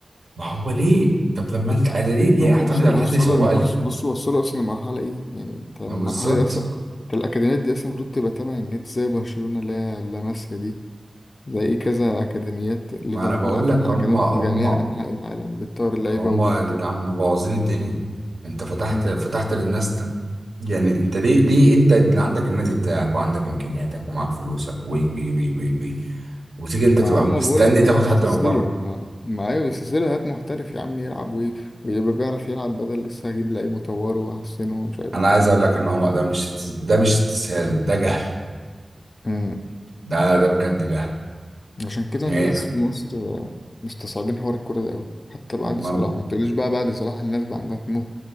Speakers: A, on the right (about 75°); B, on the left (about 60°).
A: ما هو ليه طب لما انت انا ليه ليه
B: هم
A: اعتمد
B: وصلوا
A: على حد
B: وصلوا
A: يسوق
B: المص-
A: لي
B: بصوا وصلوا أصلا لمرحلة إيه يعني أنت المرحلة
A: ما بالظبط
B: دي أصلا الأكاديميات دي أصلا المفروض تبقى تابعة النادي زي برشلونة اللي هي لاماسيا دي زي كذا أكاديميات ليفربول
A: ما انا بقول
B: فتح
A: لك
B: أكاديميات
A: هم هم
B: في جميع أنحاء العالم بتطور اللعيبة
A: هم
B: وبت
A: يا جدعان مبوظين الدنيا انت فتحت
B: مم.
A: فتحت للناس تن- يعني انت ليه ليه انت اللي عندك النادي بتاعك وعندك امكانياتك ومعاك فلوسك وي وي وي وي وي وتيجي انت
B: ما
A: تبقى
B: هما
A: مستني
B: بقول لك
A: تاخد
B: هما بيستسهلوا
A: حد من بره
B: ما ما أيوة بيستسهلوا هات محترف يا عم يلعب وي- ويبقى بيعرف يلعب بدل لسه هجيب لعيب وأطوره وأحسنه ومش عارف إيه.
A: انا عايز اقول لك ان هو ده مش استس- ده مش استسهال ده جهل
B: مم.
A: ده ده بجد جهل
B: عشان كده
A: يعني
B: الناس في مصر آه، مستصعبين حوار الكورة ده أوي حتى بعد
A: ما
B: صلاح ما تقوليش بقى بعد صلاح الناس بقى عندها طموح